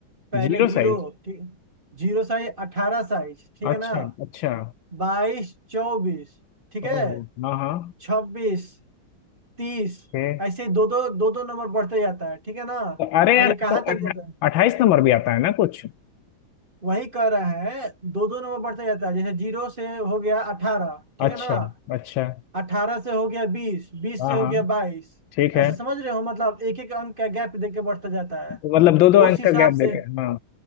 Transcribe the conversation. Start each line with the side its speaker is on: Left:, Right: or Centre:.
Right: पहले
Left: Zero
Right: जीरो
Left: size
Right: ठीक जीरो साइज अठारह साइज ठीक
Left: अच्छा
Right: है ना
Left: अच्छा
Right: बाईस चौबीस ठीक
Left: ओहो
Right: है
Left: हाँ हाँ
Right: छब्बीस तीस
Left: ओके
Right: ऐसे दो दो दो दो नंबर बढ़ते जाता है ठीक है ना
Left: अरे
Right: और
Left: यार
Right: ये कहाँ
Left: तो
Right: तक
Left: अट्ठा-
Right: जाता है
Left: अट्ठाईस नंबर भी आता है ना कुछ
Right: वही कह रहा है दो दो नंबर बढ़ते जाता है जैसे जीरो से हो गया अठारह ठीक
Left: अच्छा
Right: है ना
Left: अच्छा
Right: अठारह से हो गया बीस बीस
Left: हाँ
Right: से
Left: हाँ
Right: हो गया बाईस
Left: ठीक है
Right: ऐसा समझ रहे हो मतलब एक एक अंक का गैप देके बढ़ता जाता है
Left: तो मतलब दो दो अंक
Right: उस हिसाब
Left: का गैप देते
Right: से
Left: हैं हाँ